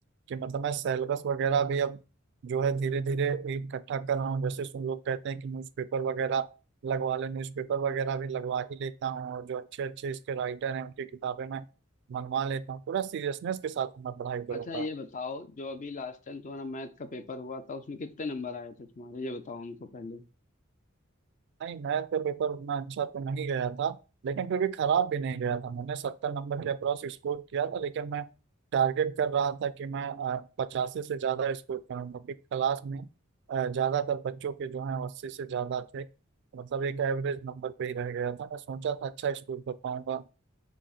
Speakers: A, on the right; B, on the left.
A: कि मतलब मैं सिलेबस वगैरह भी अब जो है धीरे धीरे इकट्ठा कर रहा हूँ जैसे सुन लोग कहते हैं कि न्यूज़पेपर वगैरह लगवा ले न्यूज़पेपर वगैरह भी लगवा ही लेता हूँ और जो अच्छे अच्छे इसके राइटर हैं उनकी किताबें मैं मंगवा लेता हूँ पूरा सीरियसनेस के साथ मैं पढ़ाई करूँगा
B: अच्छा ये बताओ जो अभी लास्ट टाइम तुम्हारा मैथ का पेपर हुआ था उसमें कितने नंबर आए थे तुम्हारे ये बताओ हमको पहले
A: नहीं मैथ का पेपर उतना अच्छा तो नहीं गया था लेकिन फिर भी खराब भी नहीं गया था मैंने सत्तर नंबर के अप्रॉक्स स्कोर किया था लेकिन मैं टारगेट कर रहा था कि मैं पचासी से ज़्यादा स्कोर करूँ क्योंकि क्लास में अ, ज़्यादातर बच्चों के जो हैं अस्सी से ज़्यादा थे मतलब एक एवरेज नंबर पे ही रह गया था मैं सोचा था अच्छा स्कोर कर पाऊंगा